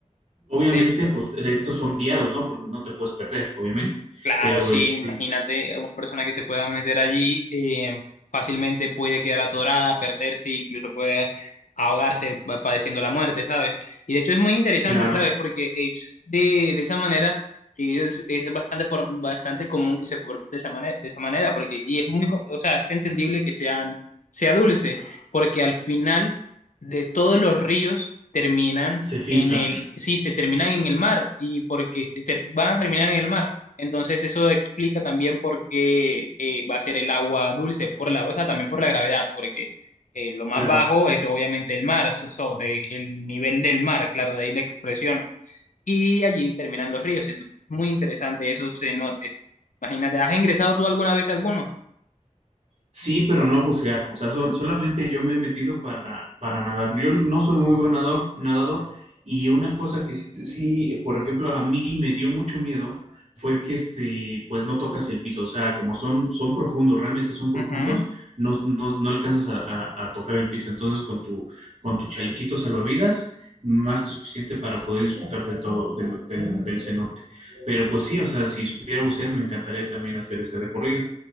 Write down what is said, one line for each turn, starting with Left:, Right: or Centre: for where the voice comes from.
Right: obviamente,
Left: de
Right: pues estos son guiados, ¿no? Porque no te puedes perder, obviamente.
Left: Claro,
Right: Pero,
Left: sí,
Right: este,
Left: imagínate una persona que se pueda meter allí eh, fácilmente puede quedar atorada, perderse, incluso puede ahogarse pa- padeciendo la muerte, ¿sabes? Y de hecho es muy interesante,
Right: claro,
Left: ¿sabes? Porque es de, de esa manera y es, es bastante for- bastante común que se forme de esa manera, de esa manera, porque y es muy, co- o sea, es entendible que sean sea dulce, porque al final de todos los ríos terminan
Right: se filtra,
Left: en el, sí, se terminan en el mar y porque eh, ter- van a terminar en el mar entonces eso explica también por qué eh, va a ser el agua dulce, por la, o sea, también por la gravedad, porque eh, lo más
Right: claro.
Left: bajo es obviamente el mar, so- sobre el nivel del mar, claro, de ahí la expresión. Y allí terminan los ríos. Entonces, muy interesante esos cenotes. Imagínate, ¿has ingresado tú alguna vez a alguno?
Right: Sí, pero no bucear. O sea, so- solamente yo me he metido para, para nadar. Yo no soy muy buen nadador, nadador. Y una cosa que sí, sí, por ejemplo, a mí me dio mucho miedo fue que este, pues no tocas el piso. O sea, como son, son profundos, realmente son profundos,
Left: Ujú.
Right: no, no, no alcanzas a, a- a tocar el piso. Entonces, con tu, con tu chalequito salvavidas, más que suficiente para poder disfrutar de todo, del, del, del cenote. Pero pues sí, o sea, si supiera bucear, me encantaría también hacer ese recorrido.